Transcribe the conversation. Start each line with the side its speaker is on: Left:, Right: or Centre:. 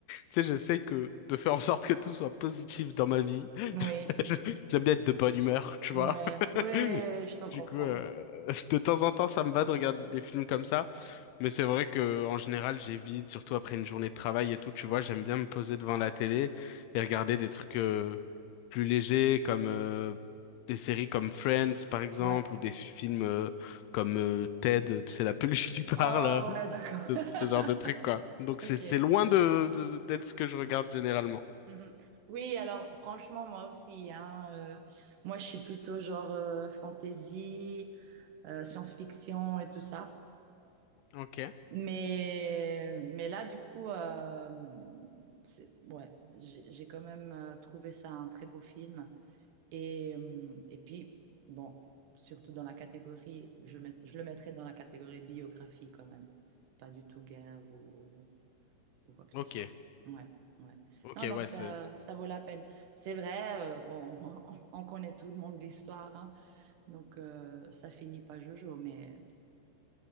Left: sais, j'essaye que de faire en sorte que tout soit positif dans ma vie.
Right: Oui,
Left: <laughs> J'aime bien être de bonne humeur, tu vois.
Right: ouais,
Left: <laughs>
Right: ouais, je t'en comprends.
Left: Du coup, euh, <laughs> de temps en temps, ça me va de regarder des films comme ça. Mais c'est vrai que en général, j'évite, surtout après une journée de travail et tout, tu vois, j'aime bien me poser devant la télé et regarder des trucs euh, plus légers comme euh, des séries comme Friends, par exemple,
Right: Ouais.
Left: ou des films euh, comme euh, Ted, tu sais, la peluche qui <laughs> parle,
Right: Ah
Left: hein.
Right: ouais, d'accord.
Left: ce,
Right: <laughs>
Left: ce genre de trucs, quoi. Donc c'est
Right: Ok.
Left: c'est loin de, de- d'être ce que je regarde généralement.
Right: Mhm. Oui, alors franchement, moi aussi, hein, euh, moi je suis plutôt genre euh, fantasy, euh, science-fiction et tout ça.
Left: Ok,
Right: Mais, mais là, du coup, euh, c'est, ouais, j'ai j'ai quand même euh, trouvé ça un très beau film. Et, euh, et puis, bon, surtout dans la catégorie, je, met- je le mettrais dans la catégorie biographie quand même. Pas du tout guerre ou, ou quoi que
Left: ok,
Right: ce soit. Ouais, ouais.
Left: ok,
Right: Non, donc
Left: ouais,
Right: ça,
Left: c'est
Right: ça vaut la peine. C'est vrai, euh, bon, <laughs> on, connaît tout le monde l'histoire, hein. donc euh, ça finit pas jojo, mais.